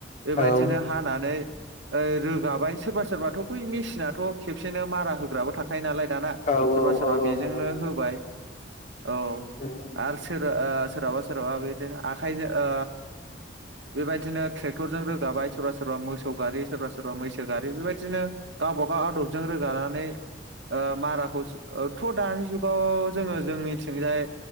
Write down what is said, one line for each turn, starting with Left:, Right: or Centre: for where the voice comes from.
Right: बेबायदिनो
Left: औ
Right: हानानै औ रोगाबाय सोरबा सोरबाथ' बै मेसिनाथ' खेबसेनो मारा होग्राबो थाखायो नालाय दाना
Left: औ
Right: सोरबा सोरबा
Left: औ
Right: बेजोंनो
Left: नंगौ नंगौ
Right: होबाय औ
Left: उम,
Right: आरो सोरबा औ सोरहाबा सोरहाबा बिदिनो आखाइजों ओ बेबायदिनो ट्रेक्टरजों रोगाबाय सोरबा सोरबा मोसौ गारि सोरबा सोरबा मैसो गारि बेबायदिनो गावबागाव आदबजों रोगानानै ओ माराखौ थ' दानि जुगाव जोङो जोंनिथिंजाय